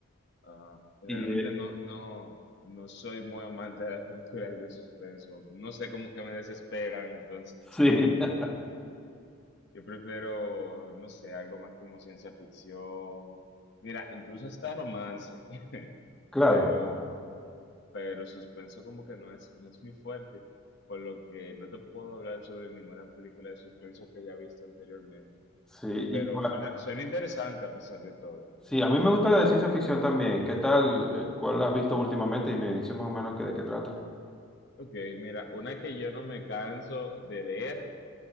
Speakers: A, on the left; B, in the centre.
A: ah, realmente
B: Y, eh,
A: no, no, no soy muy amante de las <laughs> películas de suspenso. No sé, como que me desesperan, entonces
B: sí, <laughs>
A: Yo prefiero, no sé, algo más como ciencia ficción. Mira, incluso hasta romance, <laughs>
B: claro,
A: pero,
B: claro.
A: pero suspenso como que no es, no es mi fuerte, por lo que no te puedo hablar sobre ninguna película de suspenso que haya visto anteriormente.
B: Sí, y
A: Pero
B: cuál-
A: suena, suena interesante a pesar de todo.
B: sí, a mí me gusta la de ciencia ficción también. ¿Qué tal? eh, ¿Cuál has visto últimamente? Y me dices más o menos que de qué trata.
A: Ok, mira, una que yo no me canso de ver